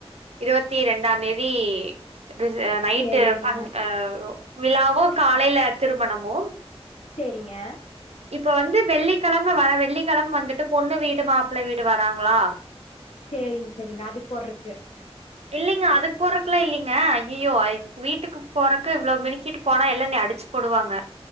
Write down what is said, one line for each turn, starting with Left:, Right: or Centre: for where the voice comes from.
Right: இருவத்தி ரெண்டா தேதி ரிச நைட்டு
Left: சேரிங்க
Right: ஃபங் அ விழாவு காலையில திருமணமு
Left: சேரிங்க
Right: இப்ப வந்து வெள்ளிக்கழம வர வெள்ளிக்கழம வந்துட்டு பொண்ணு வீடு மாப்பிளே வீடு வராங்களா
Left: சேரிங்க சேரிங்க அதுக்கு போறக்கு
Right: இல்லைங்க அதுக்கு போறக்குலா இல்லிங்க அய்யியோ இதுக் வீட்டுக்கு போறக்கு இவ்வளோ மினுக்கிட்டு போனா எல்லா என்னையே அடிச்சு போடுவாங்க